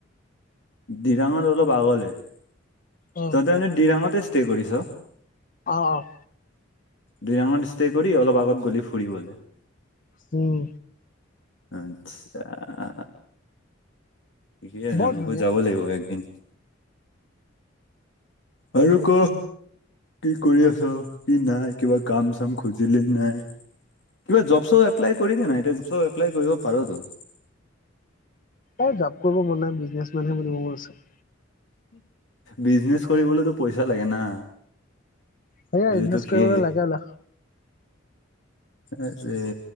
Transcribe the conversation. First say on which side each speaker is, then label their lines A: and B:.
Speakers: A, on the left; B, on the left.
A: ডিৰাঙত অলপ আগলে, তইত'
B: অ
A: এনেই ডিৰাঙতে ষ্টে কৰিছ?
B: অ', অ'।
A: দিৰাঙত ষ্টে কৰি অলপ আগত গলি ফুৰিবলে।
B: উম,।
A: আতছা আ ঠিকেই আছে,
B: বৰ
A: মোকো
B: ধুনীয়া
A: যাব লাগিব একদিন আৰু ক। কি কৰি আছ, কি নাই কিবা কাম চাম খুজিলি নাই? কিবা জব চব এপলাই কৰিছে নাই এতিয়া জব চব এপ্লাই কৰিব পাৰত'।
B: এ জব কৰিব মন নাই, বিজনেচ মেনহে বনিব মন আছে।
A: বিজনেচ কৰিবলেতো পইচা লাগে না।
B: সেয়া
A: এইটোকে
B: ইনভেষ্ট কৰিবলৈ লাগে লাখ
A: আৰে।